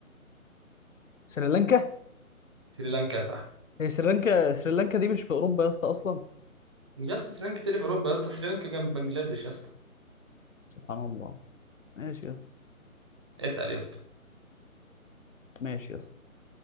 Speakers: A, on the left (about 60°); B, on the right (about 20°).
A: سريلانكا
B: سريلانكا يا صاحبي
A: هي سريلانكا سريلانكا دي مش في اوروبا يا اسطى اصلا
B: يا اسطى سريلانكا تاني في اوروبا يا اسطى سريلانكا جنب بنجلاديش يا اسطى
A: سبحان الله ماشي يا اسطى
B: اسأل يا اسطى
A: ماشي يا اسطى